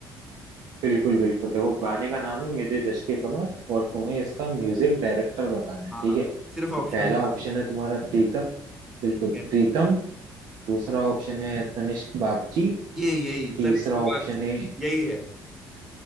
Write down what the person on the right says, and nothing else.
बिल्कुल बिल्कुल देखो गाने का नाम है मेरी रिश्क की कमर और तुम्हें इसका म्यूजिक डायरेक्टर बताना है
ठीक
है
तो पहला
ऑप्शन
है तुम्हारा प्रीतम बिल्कुल
प्रीतम दूसरा ऑप्शन है तनिष्क बागची
तीसरा
ऑप्शन
है